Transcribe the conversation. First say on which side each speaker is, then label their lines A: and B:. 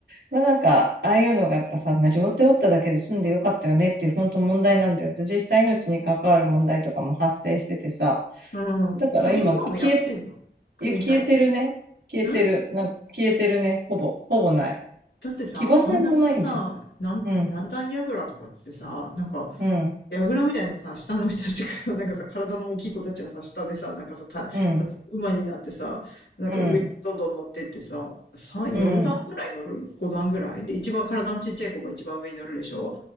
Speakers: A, on the right (about 85°); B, on the left (about 85°).
A: まあ、なんか、ああいうのがやっぱさ、まあ、両手折っただけで済んでよかったよねっていう本当問題なんだよ。で、実際命に関わる問題とかも発生しててさ、
B: うん。
A: だから今、
B: あれ、今もやってんの組体操。
A: 消え、いや、消えてるね。消えてる。
B: ん
A: なんか、消えてるね。ほぼ、ほぼない。
B: だってさ、
A: 騎馬戦もないんじゃん。
B: あんなさ、なん、
A: うん、
B: 何段やぐらとかっつってさ、なんか、
A: うん、
B: やぐみたいなさ、下の人たちがさ、<laughs> なんかさ、体の大きい子たちはさ、下でさ、なんかさ、た、
A: うん、
B: なんつ、馬になってさ、なんか上にどんどん乗ってってさ、
A: うん、
B: 3、
A: うん、
B: 4段ぐらい乗る ?5 段ぐらいで、一番体のちっちゃい子が一番上に乗るでしょ